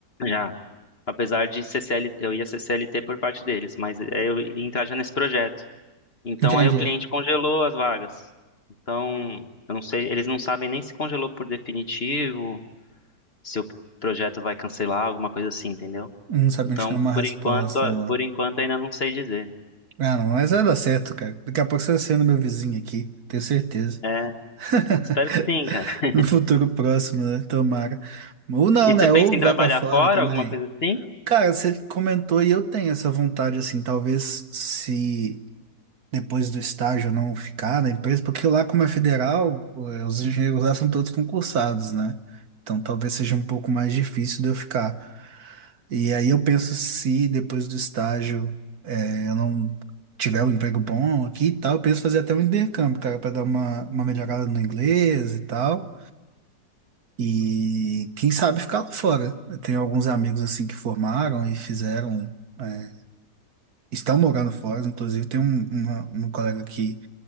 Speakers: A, on the left; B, on the right.
A: já. Apesar de CCL, eu ia ser CLT por parte deles, mas é, eu ia entrar já nesse projeto. Então
B: entendi.
A: aí o cliente congelou as vagas. Então, eu não sei, eles não sabem nem se congelou por definitivo, se o projeto vai cancelar, alguma coisa assim, entendeu?
B: Hum, Não sabia
A: Então,
B: te dar uma resposta,
A: por enquanto,
B: não.
A: por enquanto ainda não sei dizer.
B: Ah, não, mas vai dar certo, cara. Daqui a pouco você vai sendo meu vizinho aqui, tenho certeza.
A: É,
B: <laughs>
A: espero que sim, cara. <laughs>
B: No futuro próximo, né? Tomara. Ou não,
A: E
B: né?
A: você pensa
B: Ou
A: em trabalhar
B: vai pra fora
A: fora,
B: também.
A: alguma coisa assim?
B: Cara, você comentou e eu tenho essa vontade, assim, talvez se. depois do estágio não ficar na empresa, porque lá como é federal, eh, os engenheiros lá são todos concursados, né? Então talvez seja um pouco mais difícil de eu ficar. E aí eu penso se depois do estágio eh, eu não tiver um emprego bom aqui e tal, eu penso fazer até um intercâmbio, cara, para dar uma, uma melhorada no inglês e tal. E quem sabe ficar lá fora. Eu tenho alguns amigos assim que formaram e fizeram, eh, estão morando fora, inclusive tem um, uma, uma colega que